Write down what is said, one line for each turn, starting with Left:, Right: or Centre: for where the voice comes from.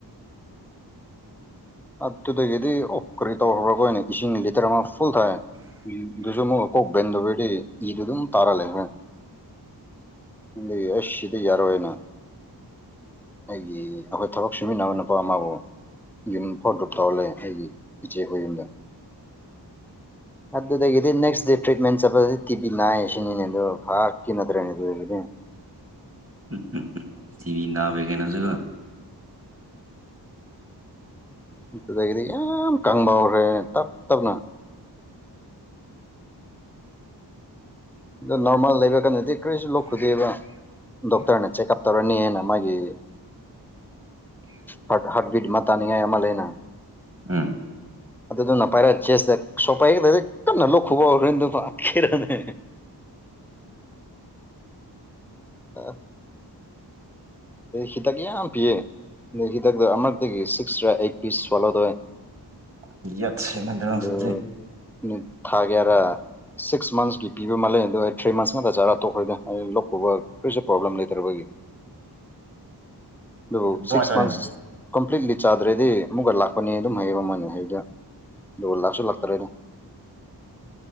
Centre: ꯑꯗꯨꯗꯒꯤꯗꯤ ꯑꯣ ꯀ꯭ꯔꯤ ꯇꯧꯈ꯭ꯔꯥꯕ ꯑꯩꯈꯣꯏꯅ ꯏꯁꯤꯡ ꯂꯤꯇꯔ ꯑꯃ ꯐꯨꯜ ꯊꯛꯑꯦ ꯑꯗꯨꯁꯨ ꯑꯃꯨꯛ ꯀꯣꯛ ꯕꯦꯟ ꯇꯧꯕꯒꯤ ꯏꯗꯨ ꯑꯗꯨꯝ ꯇꯥꯔ ꯂꯩꯈꯔ‌ꯦ ꯑꯗꯒꯤ ꯑꯁ ꯁꯤꯗ ꯌꯥꯔꯣꯏꯅ ꯑꯩꯒꯤ ꯑꯩꯈꯣꯏ ꯊꯕꯛ ꯁꯨꯃꯤꯟꯅꯕ ꯅꯨꯄꯥ ꯑꯃꯕꯨ ꯌꯨꯝ <unintelligible> ꯇꯧꯍꯜꯂꯦ ꯑꯩꯒꯤ ꯏꯆꯦꯈꫭꯏ ꯌꯨꯝꯗ ꯑꯗꯨꯗꯒꯤꯗꯤ ꯅꯦꯛꯁ ꯗꯦ ꯇ꯭ꯔꯤꯠꯃꯦꯟ ꯆꯠꯄꯗꯗꯤ ꯇꯤꯚꯤ ꯅꯥꯏꯌꯦ ꯁꯤꯅꯤꯅꯦ ꯑꯗꯨ ꯐꯥꯛꯀꯤ ꯅꯠꯇ꯭ꯔꯦꯅꯦ ꯑꯗꯨꯗꯒꯤꯗꯤ
Right: <unintelligible> ꯇꯤꯚꯤ ꯅꯥꯕ ꯈꯩꯅꯥꯁꯨ
Centre: ꯑꯗꯨꯗꯒꯤꯗꯤ ꯌꯥꯝ ꯀꯪꯕ ꯍꯧꯈ꯭ꯔꯦ ꯇꯞ ꯇꯞꯅ ꯑꯗꯣ ꯅꯣꯔꯃꯦꯜ ꯂꯩꯕ ꯀꯥꯟꯗꯗꯤ ꯀ꯭ꯔꯤꯁꯨ ꯂꯣꯛ ꯈꯨꯗꯦꯕ ꯗꯣꯛꯇ꯭ꯔꯅ ꯆꯦꯛꯀꯞ ꯇꯧꯔꯥꯅꯤ ꯍꯥꯏꯅ ꯃꯥꯒꯤ ꯍꯥ ꯍꯥꯠꯕꯤꯗ ꯃꯥ ꯇꯥꯅꯤꯉꯥꯏ ꯑꯃ ꯂꯩꯅ
Right: ꯎꯝ
Centre: ꯑꯗꯨꯗꯨꯅ ꯄꯥꯏꯔꯛ ꯆꯦꯠꯁꯗ <unintelligible> ꯇꯠꯅ ꯂꫭꯛ ꯈꯨꯕ ꯍꯧꯔꯅꯤ ꯑꯗꯨꯒ ꯈꯦꯔꯅꯦ <unintelligible> ꯍꯤꯗꯥꯛ ꯌꯥꯝ ꯄꯤꯌꯦ ꯑꯗꯩ ꯍꯤꯗꯥꯛꯇꯣ ꯑꯃꯔꯛꯇꯥꯒꯤ ꯁꯤꯛꯁꯔꯥ ꯑꯩꯠ ꯄꯤꯁ ꯁ꯭ꯋꯥꯂꯣ ꯇꯧꯋꯦ ꯑꯗꫭ
Right: ꯌꯥꯠꯁꯦꯃꯟꯗꯅ
Centre: ꯊꯥ
Right: ꯍꯧꯖꯤꯛꯁꯦ
Centre: ꯀꯌꯥꯔ ꯁꯤꯛꯁ ꯃꯟꯠꯁꯀꯤ ꯄꯤꯕ ꯃꯥꯜꯂꯦ ꯑꯗꯣ ꯑꯩ ꯊ꯭ꯔꯤ ꯃꯟꯁ ꯉꯥꯛꯇ ꯆꯥꯔꯥ ꯇꯣꯛꯈ꯭ꯔꯤꯗ ꯑꯩ ꯂꫭꯛ ꯈꯨꯕ ꯀꯔꯤꯁꯨ ꯄ꯭ꯔꯣꯕ꯭ꯂꯦꯝ ꯂꯩꯇ꯭ꯔꯕꯒꯤ ꯑꯗꯨ
Right: ꯑꯗꯨꯃꯥꯏꯅ
Centre: ꯁꯤꯛꯁ ꯃꯟꯊꯁ
Right: ꯇꯧꯔꯦ
Centre: ꯀꯝꯄ꯭ꯂꯤꯠꯂꯤ ꯆꯥꯗ꯭ꯔꯗꯤ ꯑꯃꯨꯛꯀꯥ ꯂꯥꯛꯄꯅꯦ ꯑꯗꯨꯝ ꯍꯥꯏꯌꯦꯕ ꯃꯣꯏꯅ ꯍꯥꯏꯕꯗ ꯑꯗꯨꯒ ꯂꯥꯛꯁꯨ ꯂꯥꯛꯇ꯭ꯔꯦꯗ